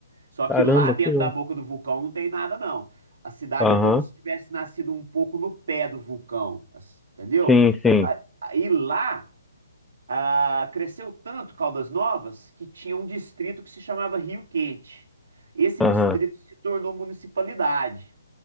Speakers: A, on the right; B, in the centre.
A: Só
B: caramba,
A: que lá dentro
B: que louco.
A: da boca do vulcão não tem nada, não. A cidade
B: Aham,
A: é como se tivesse nascido um pouco no pé do vulcão, assim, entendeu?
B: sim, sim,
A: A- Aí lá ah, cresceu tanto Caldas Novas que tinha um distrito que se chamava Rio Quente. Esse
B: aham,
A: distrito se tornou municipalidade.